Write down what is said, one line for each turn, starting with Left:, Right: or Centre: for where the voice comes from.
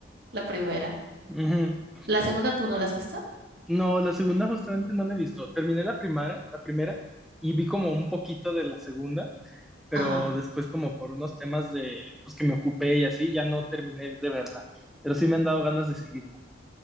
Right: la primera.
Centre: Ujú.
Right: La segunda, ¿tú no la has visto?
Centre: No, la segunda justamente no la he visto. Terminé la primera, la primera y vi como un poquito de la segunda, pero
Right: Ajá.
Centre: después como por unos temas de pues que me ocupé y así ya no terminé de verla, pero sí me han dado ganas de seguirla.